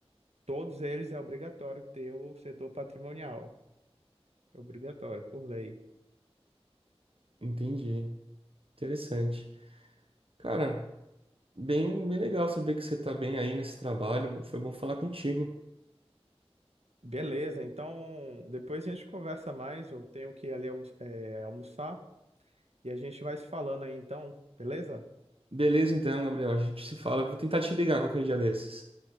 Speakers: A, on the right (about 80°); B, on the right (about 60°).
A: todos eles é obrigatório ter o setor patrimonial. É Obrigatório, por lei.
B: Entendi. Interessante. Cara, Bem, bem legal saber que você tá bem aí nesse trabalho. Foi bom falar contigo.
A: Beleza, então depois a gente conversa mais. Eu tenho que ir ali almo- é, almoçar e a gente vai se falando aí então, beleza?
B: Beleza, então, Gabriel. A gente se fala. Vou tentar te ligar qualquer dia desses.